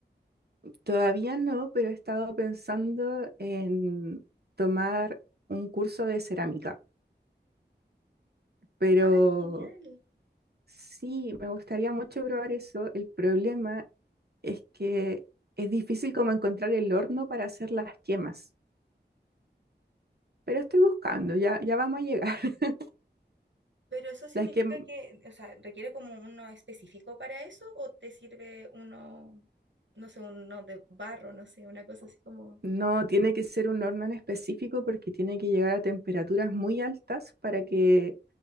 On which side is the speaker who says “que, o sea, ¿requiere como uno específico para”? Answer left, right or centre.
Right